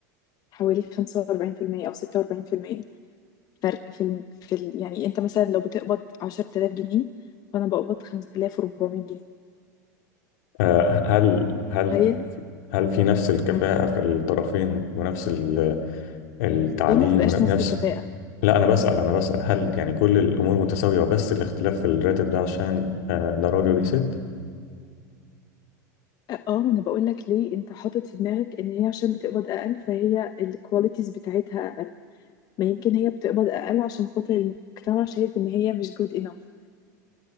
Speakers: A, on the left (about 40°); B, on the left (about 70°).
A: حوالي 45% او 46% فرق في ال... في ال... يعني انت مثلا لو بتقبض 10000 جنيه فانا بقبض 5400 جنيه
B: آه هل هل
A: تخيل
B: في هل في نفس الكفاءه
A: مم.
B: في الطرفين ونفس ال- التعليم
A: ليه ما تبقاش
B: ونفس
A: نفس الكفاءة
B: لا انا بسال انا بسال هل يعني كل الامور متساويه وبس الاختلاف في الراتب ده عشان آه، ده راجل ودي ست
A: اه ما انا بقول لك ليه انت حاطط في دماغك ان هي عشان بتقبض اقل فهي الكواليتيز بتاعتها اقل ما يمكن هي بتقبض اقل عشان خاطر المجتمع شايف ان هي مش جود انف